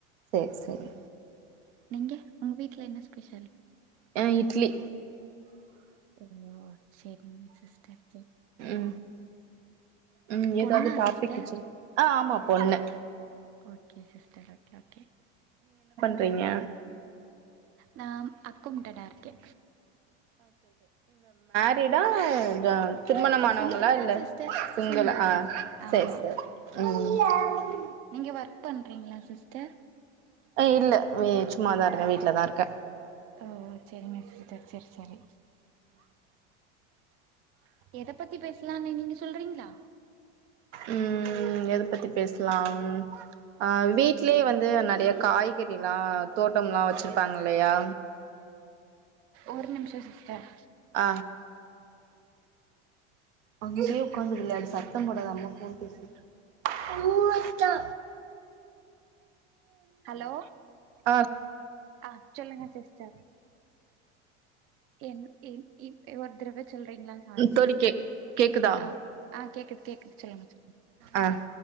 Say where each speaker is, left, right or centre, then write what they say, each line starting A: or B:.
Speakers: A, on the right (about 80°); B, on the right (about 40°).
A: சேர் சேரி
B: நீங்க உங்க வீட்டுல என்ன ஸ்பெஷல்
A: அ இட்லி
B: ஓ சேரிங்க சிஸ்டர் சேர்
A: ம் ம்
B: பொண்ணா
A: ஏதாவது டாபிக்
B: சிஸ்டர்
A: வச்சிரு ஆ ஆமா பொண்ணு
B: ஓகே சிஸ் சேரி ஓகே ஓகே
A: பையங்க
B: நாம் அக்கவுண்டடா இருக்கே
A: பேடா ஜா திருமணம் ஆனவங்களா
B: சிங்கிள் தா
A: இல்ல
B: சிஸ்டர்
A: சிங்கல
B: சிங்கிள் தா
A: அ
B: ஆமா
A: சேரி சேரி ம்
B: நீங்க ஒர்க் பண்றீங்களா சிஸ்டர்
A: ஏய் இல்ல சும்மாதா இருக்கே வீட்டு்லதா இருக்கே
B: ஓ செரி சிஸ்டர் செரி செரி எத பத்தி பேச சலான்னு நீங்க சொல்றீங்களா
A: ம் எத பத்தி பேசலாம் அ வீட்லலேயே வந்து நெறைய காய் காய்கறிலா தோட்டம்லாம் வெச்சிருப்பாங்க இல்லையா
B: ஒரு நிமிஷோ சிஸ்டர்
A: அ அங்கே ஒட்காந்து விளையாடு சத்தம் போடாத அம்மா ஃபோன் பேசிட்டு இருக்கே மூவட்ட
B: ஹலோ
A: ஆ
B: அ சொல்லுங்க சிஸ்டர் ஏன் ஏன் இ ஒர் தரவே சொல்றீங்களா சாரி
A: தோழி
B: சிஸ்டர்
A: கே கேக்குதா
B: அ அ கேக்குது கேக்குது சொல்லுங்க சொல்லுங்க
A: ஆ